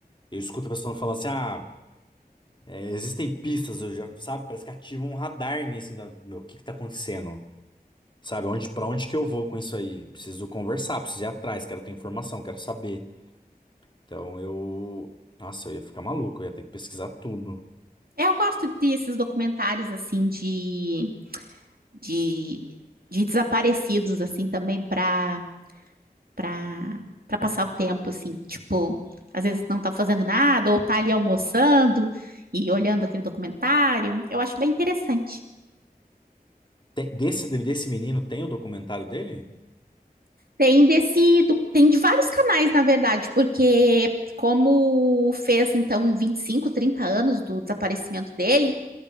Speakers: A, on the left (about 30°); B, on the right (about 65°).
A: Eu escuto a pessoa falando assim, ah, é, existem pistas, eu já, sabe, parece que ativa um radar em mim, assim, da- meu, o que que tá acontecendo? Sabe, onde, pra onde que eu vou com isso aí? Preciso conversar, preciso ir atrás, quero ter informação, quero saber. Então eu. Nossa, eu ia ficar maluco, eu ia ter que pesquisar tudo.
B: É, Eu gosto desses documentários, assim, de, de, de desaparecidos, assim, também pra pra, pra passar o tempo, assim. Tipo, às vezes não tá fazendo nada, ou tá ali almoçando e olhando aquele documentário. Eu acho bem interessante.
A: Tem- Desse, desse menino tem o documentário dele?
B: Tem desse, do- tem de vários canais, na verdade, porque como fez então 25 30 anos do desaparecimento dele